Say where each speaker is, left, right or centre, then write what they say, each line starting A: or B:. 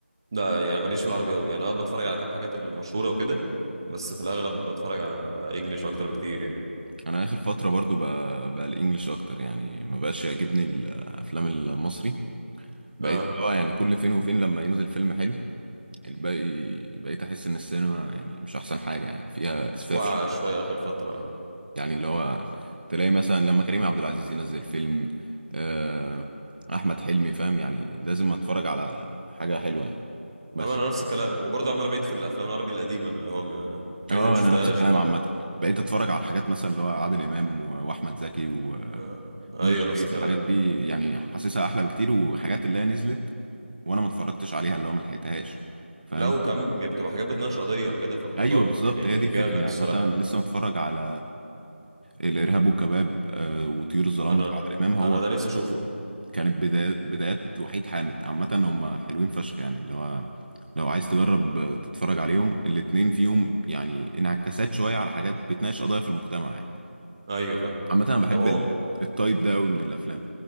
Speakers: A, on the right (about 20°); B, on the right (about 45°).
A: لا يعني ماليش في العربي قوي يعني انا بتفرج على كام حاجات المشهوره وكده بس في الاغلب بتفرج على انجليش اكتر بكتير يعني
B: انا اخر فترة برضو بقى, بقى الانجليش اكتر يعني ما بقاش يعجبني الافلام المصري بقيت
A: اه
B: اللي هو يعني كل فين وفين لما ينزل فيلم حلو الباقي بقيت احس ان السينما يعني مش احسن حاجة يعني فيها اسفاف
A: وقع شويه اخر فتره اه
B: يعني اللي هو تلاقي مثلا لما كريم عبد العزيز ينزل فيلم آه، احمد حلمي فاهم يعني لازم اتفرج على حاجه حلوه يعني بس
A: اما انا نفس الكلام وبرضه عمال بعيد في الافلام العربي القديمه من اللي هو م- حاجات
B: اه
A: انا ما شفتهاش
B: انا نفس الكلام
A: بقى
B: عامه بقيت اتفرج على الحاجات مثلا اللي هو عادل امام و- واحمد زكي ونور
A: آه. ايوه
B: الشريف
A: نفس الكلام
B: الحاجات دي يعني حاسسها احلى بكتير وحاجات اللي هي نزلت وانا ما اتفرجتش عليها اللي هو ما لحقتهاش فاهم
A: لا وكم بتبقى حاجات بتناقش قضيه وكده فالموضوع
B: ايوه
A: ب-
B: بالظبط
A: يعني
B: هي دي الفكره
A: جامد
B: يعني
A: الصراحه
B: مثلا لسه متفرج على الارهاب والكباب آه، وطيور الظلام
A: انا
B: بتاع عادل امام هو
A: انا ده نفسي اشوفه
B: كانت بدايات بدايات وحيد حامد عامة هم حلوين فشخ يعني اللي هو لو عايز تجرب تتفرج عليهم الاتنين فيهم يعني انعكاسات شوية على حاجات بتناقش قضايا في المجتمع يعني
A: ايوه فاهم
B: عامة أنا بحب
A: طب هو
B: ال- التايب ده أوي من الأفلام